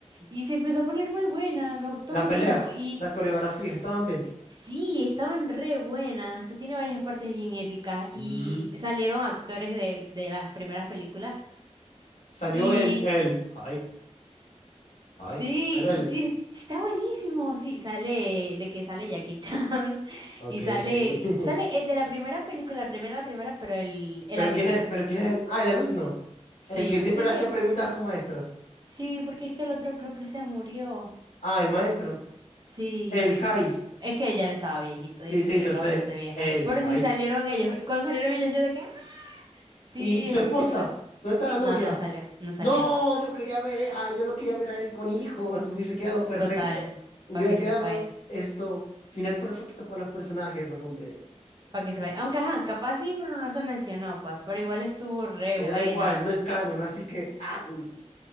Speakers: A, on the right (about 35°); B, on the left (about 85°).
A: y se empezó a poner muy buena, me gustó
B: Las
A: muchísimo.
B: peleas,
A: y
B: las coreografías, estaban bien.
A: Sí, estaban re buenas. O sea, tiene varias partes bien épicas. Y
B: Mm.
A: salieron actores de, de las primeras películas.
B: Salió
A: Y
B: el, el, ay, ay,
A: sí,
B: salió el,
A: sí, es- sí está buenísimo. Sí, sale de que sale Jackie Chan. <laughs>
B: ok,
A: Y sale,
B: ok. <laughs>
A: sale el de la primera película, la primera, la primera, pero el, el
B: Pero
A: alumno.
B: quién es, pero quién es el, ah, el alumno,
A: Sí,
B: el que
A: porque
B: siempre le
A: es
B: hacía
A: que,
B: preguntas a su maestro.
A: sí, porque es que el otro creo que se murió.
B: Ah, el maestro,
A: Sí,
B: el Jais.
A: es que ya le estaba viejito y
B: Sí,
A: esa
B: sí,
A: película
B: yo sé,
A: es bastante vieja.
B: el,
A: Pero
B: ay.
A: sí salieron ellos. y Cuando salieron ellos, yo de que, ¡ah! Sí,
B: ¿Y su
A: espectacular.
B: esposa? ¿Dónde está la novia?
A: No, no salió, no salió.
B: No, yo quería ver, ah, yo lo quería ver a él con hijos, hubiese quedado perfecto.
A: Total,
B: Hubiera
A: para que
B: quedado
A: sepáis,
B: esto, final perfecto para los personajes, no, hombre.
A: para que sepáis. Aunque, ajá, capaz sí, pero no se mencionó, pues. Pero igual estuvo re
B: Me
A: buena.
B: da igual, no es canon, así que, ah, mm.